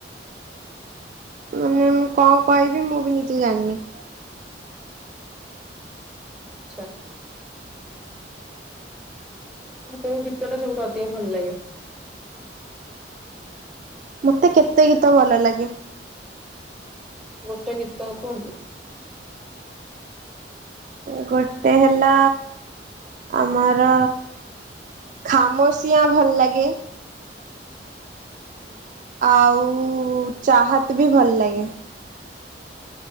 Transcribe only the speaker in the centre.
<inaudible> ଆଚ୍ଛା। ଆପଣଙ୍କୁ କୋଉ ଗୀତ ଟା ସବୁଠୁ ଅଧିକ ଭଲ ଲାଗେ?
ଗୋଟେ ଗୀତ କୁହନ୍ତୁ?
<inaudible>